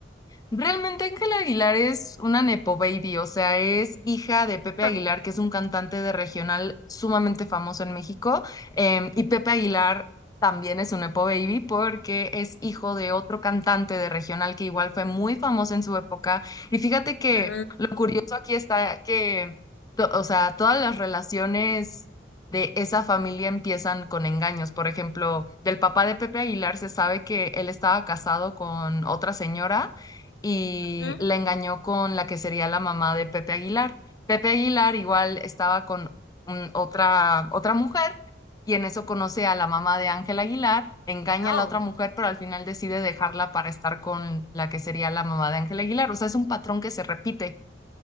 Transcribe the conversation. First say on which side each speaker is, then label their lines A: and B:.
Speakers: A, on the left; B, on the left.
A: Realmente Ángela Aguilar es una nepo baby, o sea, es hija de Pepe
B: Ah,
A: Aguilar, que es un cantante de regional sumamente famoso en México, em, y Pepe Aguilar también es un nepo baby porque es hijo de otro cantante de regional que igual fue muy famoso en su época. Y fíjate que
B: Ah,
A: lo curioso aquí está que, to- o sea, todas las relaciones de esa familia empiezan con engaños. Por ejemplo, del papá de Pepe Aguilar se sabe que él estaba casado con otra señora y
B: ujú,
A: la engañó con la que sería la mamá de Pepe Aguilar. Pepe Aguilar igual estaba con un- otra, otra mujer y en eso conoce a la mamá de Ángel Aguilar, engaña
B: no,
A: a la otra mujer, pero al final decide dejarla para estar con la que sería la mamá de Ángel Aguilar. O sea, es un patrón que se repite.